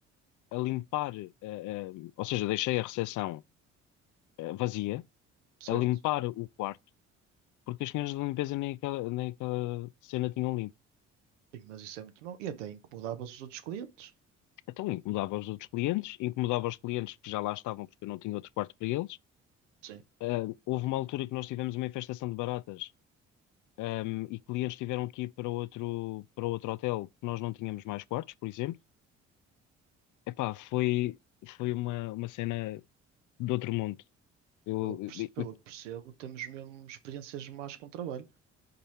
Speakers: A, on the left (about 55°); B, on the right (about 85°).
A: a limpar, eh, eh, ou seja, deixei a recepção eh, vazia,
B: certo?
A: a limpar o quarto porque as senhoras da limpeza nem aquela, nem aquela cena tinham limpo.
B: Sim, mas isso é muito mau. E até incomodava os outros clientes.
A: Então incomodava os outros clientes, incomodava os clientes que já lá estavam porque eu não tinha outro quarto para eles.
B: Sim.
A: Ah, houve uma altura que nós tivemos uma infestação de baratas, ahm, e clientes tiveram que ir para outro, para outro hotel, que nós não tínhamos mais quartos, por exemplo. Epá, foi, foi uma, uma cena de outro mundo. Eu,
B: Pelo que perce-
A: eu-
B: pelo
A: eu-
B: que percebo, temos mesmo experiências más com o trabalho.